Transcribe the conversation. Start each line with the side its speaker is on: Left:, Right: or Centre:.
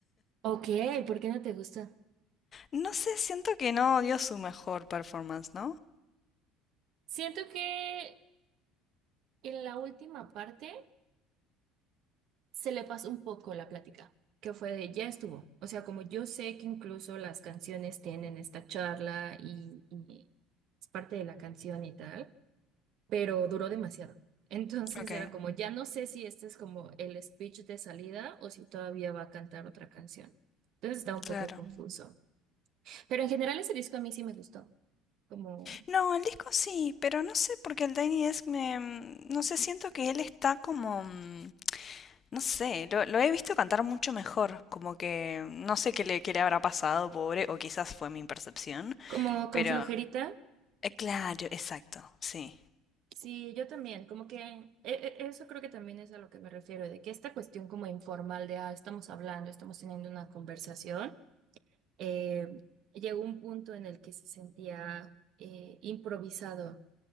Right: Ok, ¿por qué no te gusta?
Left: No sé, siento que no dio su mejor performance, ¿no?
Right: Siento que en la última parte se le pasó un poco la plática, que fue de ya estuvo. O sea, como yo sé que incluso las canciones tienen esta charla y, y es parte de la canción y tal. pero duró demasiado. Entonces
Left: Ok,
Right: era como, ya no sé si este es como el speech de salida o si todavía va a cantar otra canción. Entonces estaba un
Left: claro.
Right: poco confuso. Pero en general ese disco a mí sí me gustó, como,
Left: No, el disco sí, pero no sé porque el Tiny Desk me... mm, No sé, siento que él está como... mm, No sé, lo, lo he visto cantar mucho mejor, como que mm, no sé qué le, qué le habrá pasado, pobre, o quizás fue mi percepción,
Right: como con
Left: pero...
Right: flojerita.
Left: eh, claro, exacto, sí.
Right: Sí, yo también, como que e- e- eso creo que también es a lo que me refiero, de que esta cuestión como informal de, ah, estamos hablando, estamos teniendo una conversación, eh, llegó un punto en el que se sentía eh, improvisado